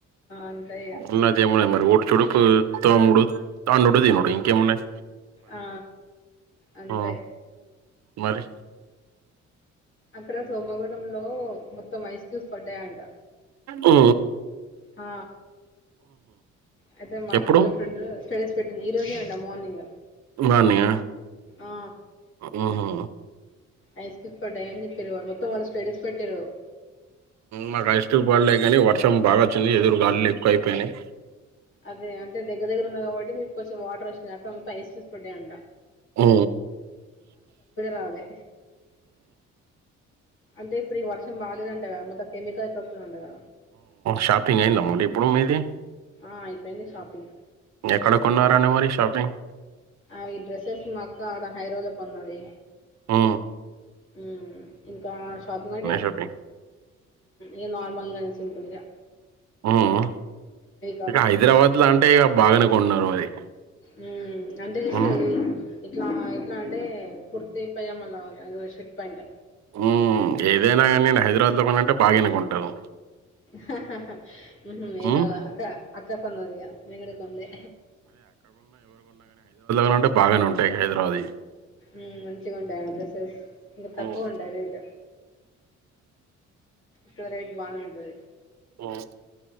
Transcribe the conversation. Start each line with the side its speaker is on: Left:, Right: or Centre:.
Left: అంతే ఇగ.
Right: ఉన్నదిమన్నా మరి ఊడుచుడుపు తమ్ముడు తన్నుడు తినడు ఇంకేమన్నాయి
Left: ఆ అంతే
Right: ఆ మరి
Left: అక్కడ సోమవడంలో మొత్తం ఐస్ క్యూబ్స్ పడ్డాయంట
Right: ఆ
Left: హ అయితే మాక్కలు
Right: ఎప్పుడు
Left: ఫ్రెండ్ స్టేటస్ ఈ రోజే అంట మార్నింగ్
Right: మార్నింగ్
Left: ఆ!
Right: ఆ ఆహా
Left: ఐస్ క్యూబ్స్ పడ్డాయి అని చెప్పారు వాళ్ళు మొత్తం వాళ్ళు స్పేటస్ పెట్టారు
Right: మాకు ఐస్ క్యూబ్స్ పడలే కానీ వర్షం బాగా చలి ఎదురు గాలులు ఎక్కువ అయిపోయినాయి
Left: అదే అంటే దగ్గ్గ ఉన్నంది కాబట్టి మీకుంచం వాటర్ వచ్చినా అక్కడ మత్త ఐస్ క్యూస్ పెట్టేయంట
Right: ఆ
Left: రాలే అంటే ఇప్పుడు ఈ వర్షం బాలేదంట కదా మొద కెమికల్ శబ్ ఉండద కదా
Right: షాపింగ్ అయిందమ్మ ఇప్పుడు మీది
Left: ఆ అయిపోయింది షాపింగ్
Right: ఎక్కడ కొన్నారని మరి షాపింగ్
Left: అవి డ్రెస్సెస్ మాక్క ఆడ హైదరాబాద్ కొన్నది
Right: ఆ
Left: ఉ ఇంకా షాపింగ్ అయితే
Right: షాపింగ్
Left: ఇ నార్మల్గానీ సింపుల్ గా
Right: మ్
Left: కాకుండా
Right: ఇగ హైదరాబాద్లో అంటే ఇక బాగానే కొన్నర్ మరి
Left: మ్ అంటెలిస్తది
Right: ఉమ్
Left: ఇట్లా ఎట్లా అంటే కుర్తి పైజమాలొ అదొక షర్ట్ పాయింట్
Right: హ్మ్. ఏదైనా గాని నేను హైదరాబాద్‌లో కొనంటే బాగానే కొంటాను.
Left: హ హ మ్హు ఎదోల
Right: హ్మ్.
Left: అక్క అక్క కొన్నాదిగా మేమ్ కూడా కొన్లే
Right: లౌంటే బాగానే ఉంటాయి హైదరాబాది
Left: మ్ మంచిగా ఉంటాయా డ్రెస్సెస్ ఇగ
Right: హ్మ్.
Left: తక్కువ ఉంటాయా రేట్ వేరేట్ బానే ఉం ఎ
Right: మ్